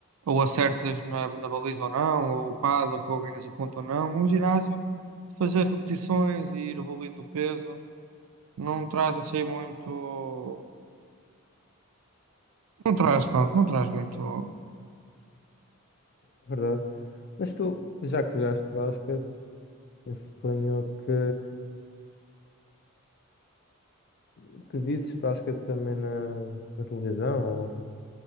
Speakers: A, on the right; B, on the left.
A: ou acertas na, na baliza ou não, ou o paddle, é que ou ganhas o ponto ou não. O ginásio, fazer repetições e ir evoluindo o peso. Não traz assim muito. Não traz, pronto, não traz muito.
B: é verdade. Mas tu, já que jogaste basquete, eu suponho que O que visses basquete também na, na televisão ou,